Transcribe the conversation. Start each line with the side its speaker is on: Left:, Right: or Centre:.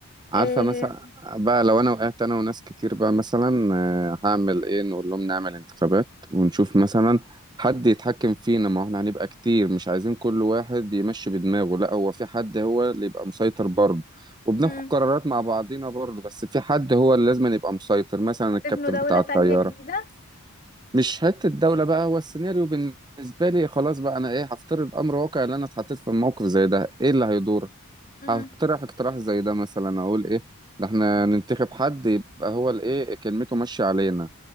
Right: عارفة
Left: إيه
Right: مثلا بقى لو أنا وقعت أنا وناس كتير بقى مثلا آه، هعمل إيه نقول لهم نعمل انتخابات ونشوف مثلا حد يتحكم فينا ما هو احنا هنبقى كتير مش عايزين كل واحد يمشي بدماغه لا هو في حد هو اللي يبقى مسيطر برضه وبناخد
Left: مم،
Right: قرارات مع بعضينا برضه بس في حد هو اللي لازم يبقى مسيطر مثلا
Left: هتبنوا
Right: الكابتن
Left: دوله
Right: بتاع
Left: تانية
Right: الطيارة
Left: جديده
Right: مش حتة الدولة بقى هو السيناريو بالنسبة لي خلاص بقى أنا إيه هفترض أمر واقع اللي أنا اتحطيت في موقف زي ده إيه اللي هيدور
Left: امم
Right: هقترح اقتراح زي ده مثلا اقول ايه ده احنا ننتخب حد يبقى هو الايه كلمته ماشيه علينا